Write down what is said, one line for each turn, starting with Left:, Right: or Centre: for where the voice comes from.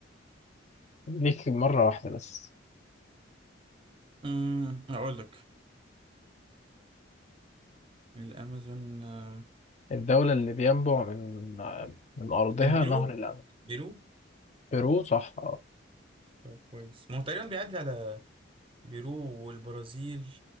Left: ليك مرة واحدة بس
Right: امم اقول لك الامازون آه،
Left: الدولة اللي بينبع من من أرضها
Right: من بيرو
Left: نهر الأمازون
Right: بيرو
Left: بيرو صح اه
Right: طب كويس ما هو تقريبا بيعدي على بيرو والبرازيل